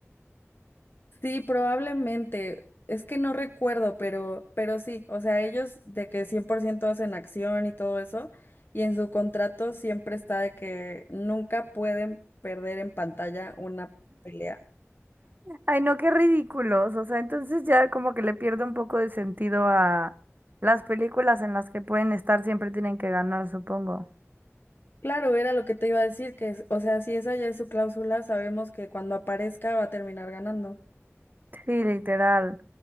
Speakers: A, on the left (about 45°); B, on the right (about 40°).
A: Sí, probablemente. Es que no recuerdo, pero, pero sí, o sea, ellos de que 100% hacen acción y todo eso, y en su contrato siempre está de que nunca pueden perder en pantalla una pelea.
B: Ay, no, qué ridículos. O sea, entonces ya como que le pierdo un poco de sentido a las películas en las que pueden estar, siempre tienen que ganar, supongo.
A: Claro, era lo que te iba a decir, que, es- o sea, si esa ya es su cláusula, sabemos que cuando aparezca va a terminar ganando.
B: Sí, literal.